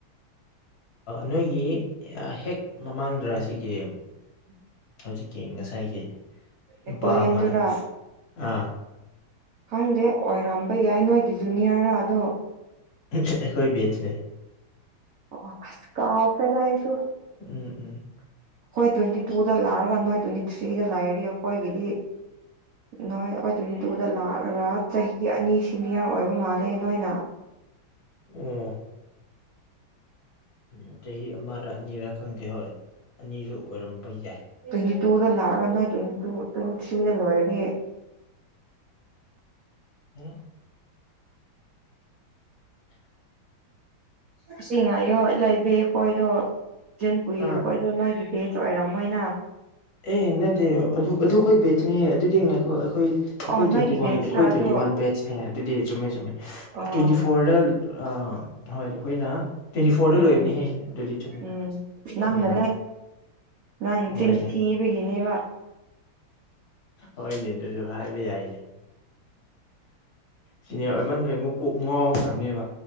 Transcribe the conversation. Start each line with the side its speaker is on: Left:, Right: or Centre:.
Left: ꯅꯣꯏꯒꯤ ꯍꯦꯛ ꯃꯃꯥꯡꯗ꯭ꯔ ꯑꯁꯤꯒꯤ
Right: ꯎꯝ
Left: ꯍꯧꯖꯤꯛꯀꯤ ꯉꯁꯥꯏꯒꯤ ꯅꯨꯄꯥ
Right: ꯅꯦꯄꯣꯂꯤꯌꯟꯗꯨꯔꯥ
Left: ꯑꯃꯗ ꯑꯥ
Right: ꯈꯪꯗꯦ ꯑꯣꯏꯔꯝꯕ ꯌꯥꯏ ꯅꯣꯏꯒꯤ ꯖꯨꯅꯤꯌꯔ ꯑꯗꯣ
Left: ꯑꯩꯣꯏ ꯦꯠꯅꯦ
Right: ꯑꯣ ꯀꯥꯎ ꯑꯣꯐꯦꯗꯥꯏꯁꯨ
Left: ꯎꯝ ꯎꯝ
Right: ꯇ꯭ꯋꯦꯟꯇꯤ ꯇꯨꯗ ꯂꯥꯛꯑꯒ ꯅꯣꯏ ꯇ꯭ꯋꯦꯟꯇꯤ ꯊ꯭ꯔꯤꯗ ꯂꯥꯛꯔꯗꯤ ꯑꯩꯈꯣꯏꯒꯤꯗꯤ ꯅꯣꯏ ꯑꯩꯈꯣꯏ ꯇ꯭ꯋꯦꯟꯇꯤ ꯇꯨꯗ ꯂꯥꯛꯑꯒ ꯆꯍꯤ ꯑꯅꯤ ꯁꯤꯅꯤꯌꯔ ꯑꯣꯏꯕ ꯃꯥꯜꯂꯦ ꯅꯣꯏꯅ
Left: ꯑꯣ ꯎ ꯆꯍꯤ ꯑꯃꯔ ꯑꯅꯤꯔꯛ ꯈꯪꯗꯦ ꯍꯣꯏ ꯑꯅꯤꯁꯨ ꯑꯣꯏꯔꯝꯕ ꯌꯥꯏ
Right: ꯇ꯭ꯋꯦꯟꯇꯤ ꯇꯨꯗ ꯂꯥꯛꯑꯒ ꯅꯣꯏ ꯇ꯭ꯋꯦꯟꯇꯤ ꯇꯨ ꯇ꯭ꯋꯦꯟꯇꯤ ꯊ꯭ꯔꯤꯗ ꯂꯣꯏꯔꯗꯤ
Left: ꯎꯝ
Right: ꯑꯁꯤ ꯉꯥꯏꯌꯣ ꯂꯩꯕꯈꯣꯏꯗꯣ ꯦꯟ ꯄꯨꯨꯏ
Left: ꯑꯥ
Right: ꯑꯩꯣꯏꯗꯣ ꯅꯣꯏꯒꯤ ꯕꯦꯖ ꯑꯣꯏꯔꯝꯃꯣꯏꯅ
Left: ꯑꯦ ꯅꯠꯇꯦ ꯑꯗꯨ ꯑꯗꯨ ꯑꯩꯈꯣꯏ ꯕꯦꯠꯁꯅꯦꯍ ꯑꯗꯨꯗꯤ ꯉꯥꯏꯣ ꯑꯩꯈꯣꯏ ꯑꯩꯈꯣꯏ
Right: ꯑꯣ ꯅꯣꯏꯒꯤ
Left: ꯇ꯭ꯋꯦꯟꯇꯤ ꯋꯥꯟ
Right: ꯕꯦꯁꯔꯥ
Left: ꯑꯩꯈꯣꯏ
Right: ꯑꯗꯣ
Left: ꯇ꯭ꯋꯦꯟꯇꯤ ꯋꯥꯟ ꯕꯦꯠꯁꯅꯦ ꯑꯗꯨꯗꯤ ꯆꯨꯝꯃꯦ ꯆꯨꯝꯃꯦ
Right: ꯑꯣ
Left: ꯇ꯭ꯋꯦꯟꯇꯤ ꯐꯣꯔꯗ ꯑꯥ ꯍꯣꯏꯗꯤ ꯑꯩꯈꯣꯏꯅ ꯇ꯭ꯋꯦꯟꯇꯤ ꯐꯣꯔꯗ
Right: ꯎꯝ
Left: ꯂꯣꯏꯕꯅꯤꯍꯦ ꯑꯗꯨꯗꯤ ꯆꯨꯝꯃꯦ
Right: ꯎꯝ ꯅꯪꯅꯅꯦ
Left: ꯎꯝ
Right: ꯅꯪ ꯆꯤꯟ
Left: ꯍꯣꯏꯅꯦ
Right: ꯊꯤꯕꯒꯤꯅꯦꯕ
Left: ꯍꯣꯏꯅꯦ ꯑꯗꯨꯁꯨ ꯍꯥꯏꯕ ꯌꯥꯏꯅꯦ ꯁꯤꯅꯦ ꯑꯣꯏꯃꯟꯕꯩ ꯑꯃꯨꯛ ꯀꯣꯛ ꯉꯥꯎꯈ꯭ꯔꯕꯅꯦꯕ